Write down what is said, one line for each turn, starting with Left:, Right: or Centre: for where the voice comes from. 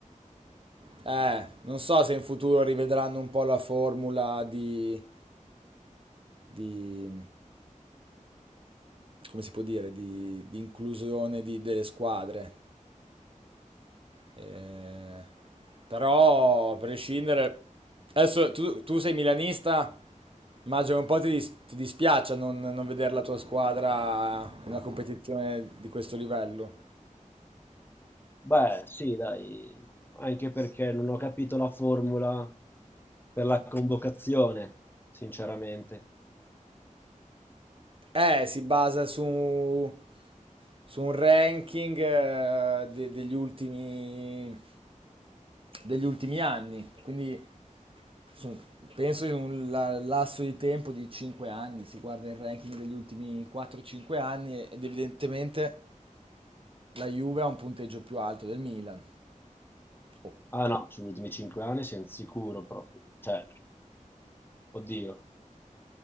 Right: Eh, non so se in futuro rivedranno un po' la formula di, di come si può dire, di, di inclusione di- delle squadre. Eh, però, a prescindere... Adesso tu, tu sei milanista, immagino un po' ti, dis- ti dispiace non, non vedere la tua squadra in una competizione di questo livello.
Left: Beh, sì, dai, anche perché non ho capito la formula per la convocazione, sinceramente.
Right: Eh, si basa su, su un ranking eh, de- degli ultimi, degli ultimi anni, quindi su- penso in un la- lasso di tempo di 5 anni, si guarda il ranking degli ultimi 4-5 anni e- ed evidentemente la Juve ha un punteggio più alto del Milan. Oh.
Left: Ah no, sugli ultimi cinque anni siamo sicuro proprio. Cioè, oddio.